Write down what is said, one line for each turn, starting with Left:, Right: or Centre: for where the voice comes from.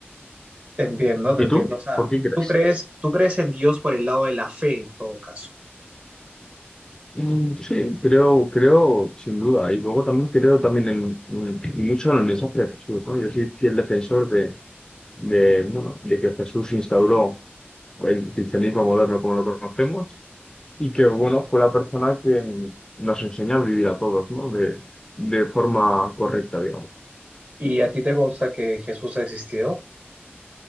Right: Te entiendo, te
Left: ¿Y
Right: entiendo.
Left: tú?
Right: O sea,
Left: ¿Por qué crees?
Right: tú crees, tú crees en Dios por el lado de la fe en todo caso.
Left: Mm, Sí, creo, creo, sin duda. Y luego también creo también en, en- mucho en el mensaje de Jesús, ¿no? Yo soy fiel defensor de, de, bueno, de que Jesús instauró el cristianismo moderno como lo conocemos y que, bueno, fue la persona que nos enseña a vivir a todos, ¿no? De, de forma correcta, digamos.
Right: ¿Y a ti te consta que Jesús existió?